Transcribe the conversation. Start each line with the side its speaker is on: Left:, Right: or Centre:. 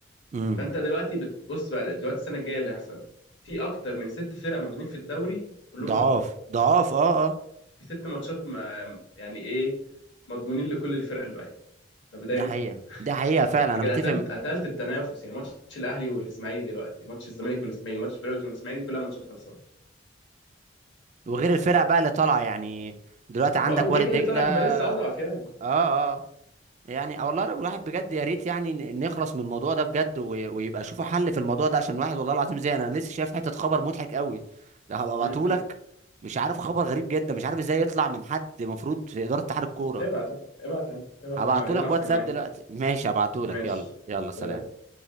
Right: امم
Left: فانت دلوقتي بتبص بقى دلوقتي السنه الجايه اللي هيحصل في اكتر من ست فرق موجودين في الدوري كلهم
Right: ضعاف
Left: ضعاف
Right: ضعاف اه اه
Left: في ست ماتشات ما يعني ايه مضمونين لكل الفرق الباقيه طب ده
Right: ده
Left: ينفع
Right: حقيقة ده حقيقة فعلا
Left: انت
Right: انا
Left: كده
Right: متفق
Left: قتلت
Right: م-
Left: قتلت التنافس يعني ماتش الاهلي والاسماعيلي دلوقتي ماتش الزمالك والاسماعيلي ماتش بيراميدز والاسماعيلي كلها ماتشات خلصانه
Right: وغير الفرق بقى اللي طالعة يعني دلوقتي عندك
Left: واو وكده
Right: وارد
Left: كده
Right: دجلة
Left: اللي طالع بيبقى
Right: اه
Left: لسه اضعف يعني
Right: اه آه. يعني والله لو الواحد بجد يا ريت يعني ن- نخلص من الموضوع ده بجد وي- ويبقى شوفوا حل في الموضوع ده عشان الواحد والله العظيم زي انا لسه شايف حتة خبر مضحك قوي لو هبقى ابعتهولك
Left: م- م.
Right: مش عارف خبر غريب جدا مش عارف ازاي يطلع من حد المفروض في إدارة اتحاد الكورة
Left: ابعت ابعت يا عم ابعت
Right: هبعتهولك
Left: يا عم ايه ناقصك
Right: واتساب
Left: ناقص
Right: دلوقتي ماشي هبعتهولك
Left: ماشي
Right: يلا يلا
Left: سلام
Right: سلام